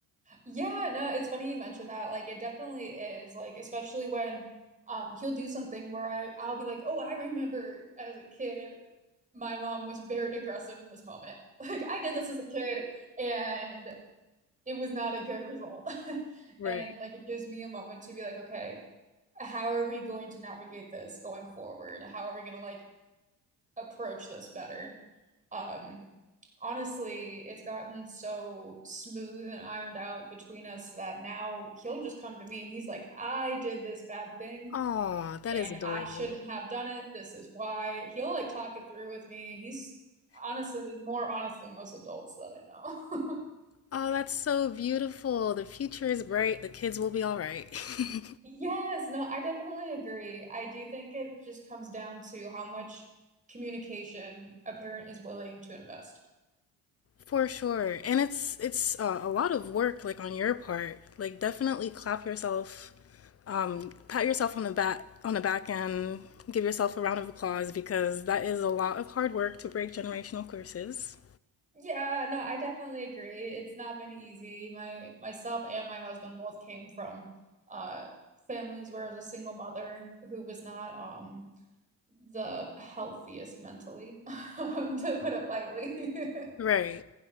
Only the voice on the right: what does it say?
Yeah, no, it's funny you mentioned that. Like it definitely is. Like especially when um he'll do something where I I'll be like, "Oh, I remember as a kid, my mom was very aggressive in this moment. <laughs> Like I did this as a kid." And it was not a good result. <laughs>
And like it gives me a moment to be like, okay, how are we going to navigate this going forward? How are we going to like approach this better? Um, honestly, it's gotten so smooth and ironed out between us that now he'll just come to me and he's like, I did this bad thing
Yeah.
and
I shouldn't have done it. This is why. He'll like talk it through with me. He's honestly more honest than most adults that I know. <laughs>
Yes, no, I definitely agree. I do think it just comes down to how much communication a parent is willing to invest.
Yeah, no, I definitely agree. It's not been easy. My myself and my husband both came from uh families where I was a single mother who was not um the healthiest mentally, <laughs> um, to put it lightly. <laughs>